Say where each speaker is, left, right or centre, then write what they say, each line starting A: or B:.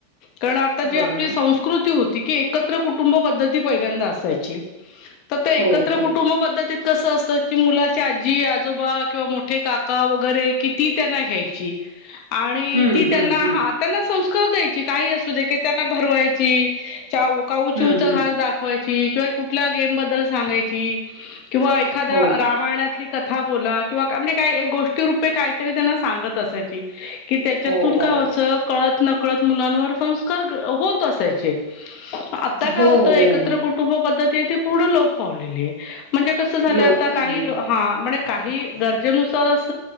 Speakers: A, on the left; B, on the right.
A: कारण आता जी
B: बरोबर
A: आपली संस्कृती होती की, एकत्र कुटुंब पद्धती पहिल्यांदा असायची. त ते
B: हो
A: एकत्र
B: हो
A: कुटुंब पद्धतीत कसं अस त मुलाची आजी आजोबा किंवा मोठे काका वगैरे किती त्यांना घ्यायची. आणि
B: हम्म
A: ती
B: हम्म
A: त्यांना
B: हम्म
A: हा त्यांना संस्कार द्यायची काही असू दे की त्यांना भरवायची चाऊ काऊ
B: हम्म
A: चिवचा
B: हम्म
A: घास दाखवायची किंवा कुठल्या गेम बद्दल सांगायची किंवा एखाद्या
B: हो,
A: रामायणातली कथा बोला किंवा काय म्हणजे काय गोष्टी रूपे काहीतरी त्यांना सांगत असायची. कि त्याच्यातून
B: हो बरोबर.
A: का असं कळत न कळत मुलांवर संस्कार ग होत असायचे. आता
B: हो,
A: काय होतं एकत्र
B: हो, हो.
A: कुटुंब पद्धती आहे ती पूर्ण लोप पावलेली आहे. म्हणजे कसं झालंय
B: लोप
A: आता
B: पावले.
A: काही हा म्हणे काही गरजेनुसार अस